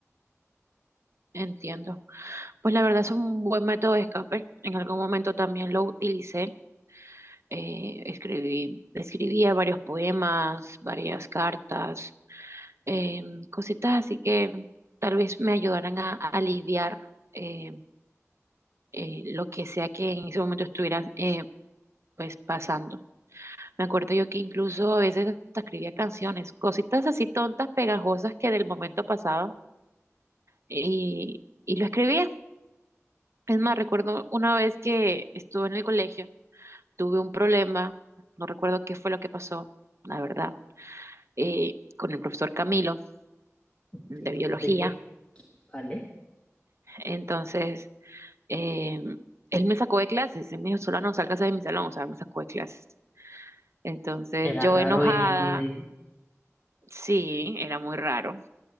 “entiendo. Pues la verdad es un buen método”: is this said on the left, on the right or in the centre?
Right